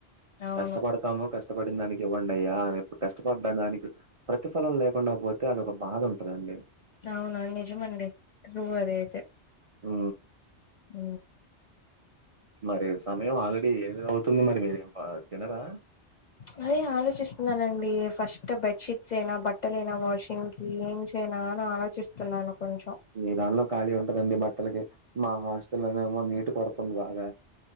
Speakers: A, on the left; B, on the right.
A: అవును.
B: కష్టపడతాము కష్టపడిన దానికి ఇవ్వంయ్యా అనిప్పుడు కష్టపడ్డ దానికి ప్ర ప్రతి ఫలం లేకుండా పోతే అది ఒక బాధ ఉంటుందండి
A: అవును నిజమండి ట్రూ అదయితే
B: ఊ
A: ఊ
B: మరి సమయం ఆల్రెడీ ఎనిమిది అవుతుంది మరి మీరేం తినరా
A: అదే ఆలోచిస్తున్నానండి ఫస్ట్ బెడ్ షీట్స్ ఏనా బట్టలు ఏనా వాషింగ్ కీ ఏం చేయనా అని ఆలోచిస్తున్నాను కొంచెం
B: మీ దానిలో ఖాళీ ఉంటదండి బట్టలకి మా హాస్టల ఏమో నీటి కొరతుంది బాగా